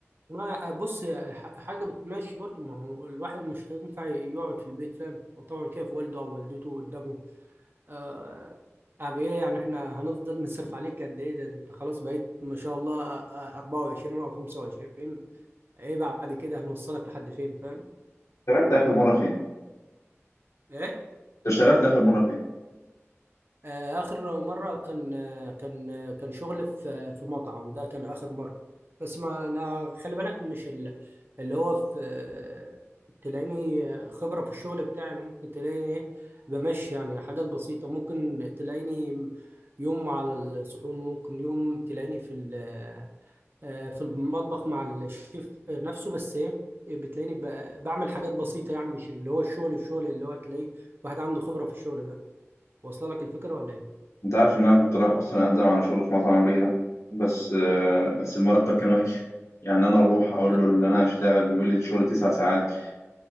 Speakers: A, on the right; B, on the left.
A: ما بص هي ح- حاجة بتمشي برضه ما هو الواحد مش هينفع يقعد في البيت فاهم وطبعا شايف والده أو والدته قدامه آه أب إيه يعني إحنا هنفضل <laughs> نصرف عليك قد إيه ده أنت خلاص بقيت ما شاء الله آه، آه، 24 أو 25 إيه بعد كده هنوصلك لحد فين فاهم
B: اشتغلت اخر مره فين؟
A: إيه؟
B: اشتغلت اخر مره فين؟
A: آه، آخر مرة كان آه، كان آه، كان شغل في في مطعم ده كان آخر مرة بس ما أنا خلي بالك مش ال- اللي هو في آه، تلاقيني خبرة في الشغل بتاعي يعني ممكن تلاقيني إيه بمشي يعني حاجات بسيطة ممكن تلاقيني يوم على الصحون ممكن يوم تلاقيني في ال- آه، آه، في المطبخ مع الشيف نفسه بس إيه بتلاقيني ب- بعمل حاجات بسيطة يعني مش اللي هو الشغل الشغل اللي هو تلاقي واحد عنده خبرة في الشغل ده واصلة لك الفكرة ولا إيه؟
B: انت عارف ان انا كنت رايح اصلا اقدم على شغل في مطعم قبل كده بس آه، بس المرتب كان وحش يعني انا اروح اقول
A: لا
B: له ان انا هشتغل بيقول لي شغل تسع ساعات